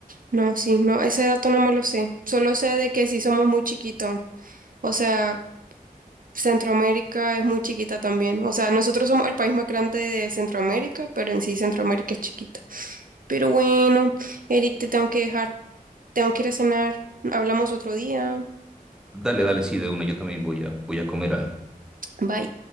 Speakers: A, on the right (about 65°); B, in the centre.
A: No, sí, no, ese dato no me lo sé. Solo sé de que sí somos muy chiquitos. O sea, Centroamérica es muy chiquita también. O sea, nosotros somos el país más grande de Centroamérica, pero en sí Centroamérica es chiquita. Pero bueno, Eric, te tengo que dejar. Tengo que ir a cenar. Hablamos otro día.
B: Dale, dale, sí, de una, yo también voy a, voy a comer algo.
A: Bye.